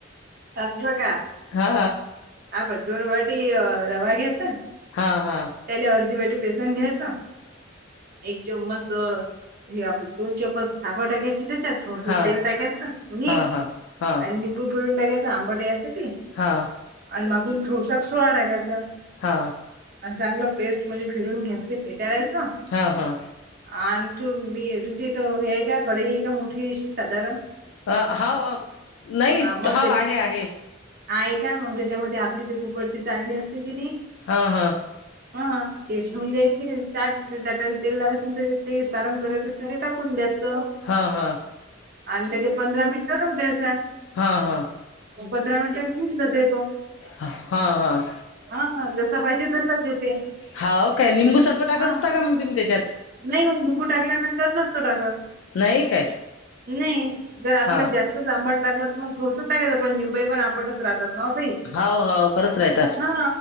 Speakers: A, on the right; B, on the left.
A: अस का?
B: हा
A: आपण दोन वाटी रवा घ्यायचा.
B: हां हां.
A: त्याले अर्धी वाटी बेसन घ्यायचं. एक चम्मच हे आपली दोन चम्मच साखर टाकायची त्याच्यात. थोडसं
B: हा
A: तेल टाकायचं मीठ
B: हा हा हा
A: आणि निंबू पिळून टाकायचं आंबाट व्ह्यासाठी.
B: हा
A: आणि मागून थोडसा सोडा टाकायचा.
B: हा
A: आणि चांगलं पेस्ट म्हणजे फिरून घ्यायचं ते फेटाळायच
B: हा हा
A: आण तुम मी तुमच्या इथं हे आहे का कडई आहे का मोठीशी साधारण?
B: अ हाव नाही
A: हा मग
B: हाव
A: ते
B: आहे आहे.
A: आहे का मग त्याच्यामध्ये आपली ते कुकरची चाळणी असते की नाही
B: हां हां.
A: हां ते ठेऊन द्यायचं त्यात ताटाला तेल लावायचं अन त्याच्यात ते सारण <unintelligible> त्यात टाकून द्यायचं
B: हा हा
A: आणि लगेच पंधरा मिनट राहू द्यायचा.
B: हां हां.
A: पंधरा मिनिटांनी होऊन जातोय तो.
B: हां हां.
A: हां जसां पाहिजे तसाच येते.
B: हाव काय, लिंबूसत्व टाकत
A: हा
B: असता का मग तुम्ही त्याच्यात?
A: नाही मग लिंबू टाकल्यानंतर नसतो टाकत,
B: नाही काय
A: नाही जर आपलं
B: हा
A: जास्त तच आंबट लागलं तर मग थोडसं टाकायचं पण निंबई पण आंबटच राहतात ना ताई.
B: हाव हाव खरंच राहतात
A: हा,